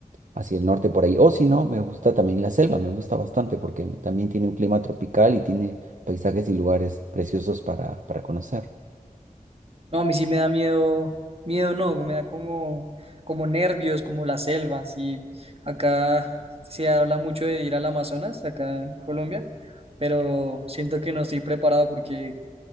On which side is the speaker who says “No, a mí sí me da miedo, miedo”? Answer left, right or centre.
Right